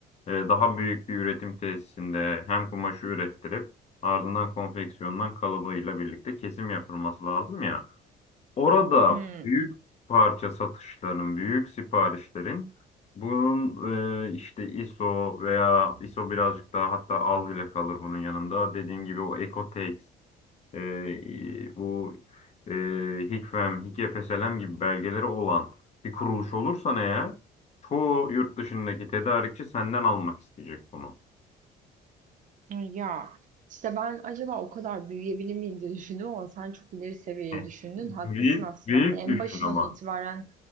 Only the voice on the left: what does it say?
E, daha büyük bir üretim tesisinde hem kumaşı ürettirip ardından konfeksiyondan kalıbıyla birlikte kesim yapılması lazım ya. Orada
büyük parça satışların, büyük siparişlerin bunun e, işte ISO veya ISO birazcık daha hatta az bile kalır bunun yanında. Dediğim gibi o Ecotex, e, e, bu e, Hikfem, Hikfslm gibi belgeleri olan bir kuruluş olursan eğer çoğu yurt dışındaki tedarikçi senden almak isteyecek bunu.
<laughs>
Büyük,
büyük
düşün
ama.